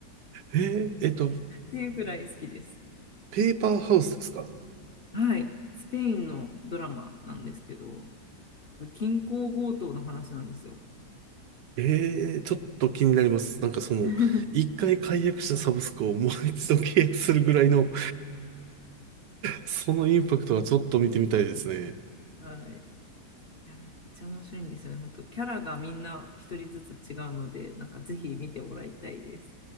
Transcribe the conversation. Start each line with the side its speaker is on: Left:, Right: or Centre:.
Right: へえ、えっと、
Left: ていうくらい好きです。
Right: ペーパーハウスですか
Left: はい、スペインのドラマなんですけど、銀行強盗の話なんですよ。
Right: ええ、ちょっと気になります。なんかその、
Left: <laughs>
Right: 一回解約したサブスクをもう一度契約するぐらいのそのインパクトはちょっと見てみたいですね。
Left: はい、いやめっちゃ面白いんですよね、本当。キャラがみんな一人ずつ違うので、なんかぜひ見てもらいたいです。